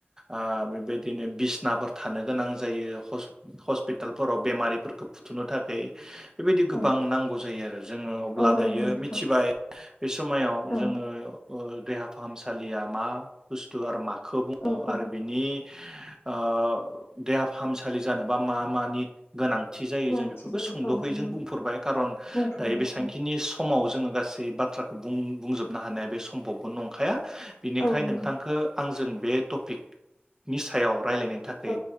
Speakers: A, on the right; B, on the left.
A: ओ बेबायदिनो बिसनाफोर थानो गोनां जायो हब हस्पिटालफोराव बेमारिफोरखौ फुथुनो थाखाय बेबायदि
B: औ
A: गोबां नांगौ जायो आरो जोङो अब्ला
B: औ औ
A: दायो
B: नंगौ नोंथां
A: मिथिबाय बे समाय जोङो
B: औ
A: <unintelligible> देहा फाहामसालिया मा बुस्थु आरो मा खौ बुङो
B: औ
A: आरो
B: औ
A: बिनि ओ देहा फाहामसालि जानोबा मा मानि गोनां थि जायो
B: गोनांथि
A: जों बेफोरखौ
B: जायो
A: सुंद'खै
B: औ नंगौ
A: जों बुंफोरबाय
B: नोंथां
A: खारन
B: बुंफोरबाय
A: दायो बेसांखिनि
B: औ
A: समाव जोङो गासै सै बाथ्राखौ बुं बुंजोब नो हानाया बे सम्भबबो नंखाया बेनिखायनो
B: औ नंगौ
A: नोंथांखौ आं जों बे टपिकनि सायाव रायलायनो थाखाय
B: औ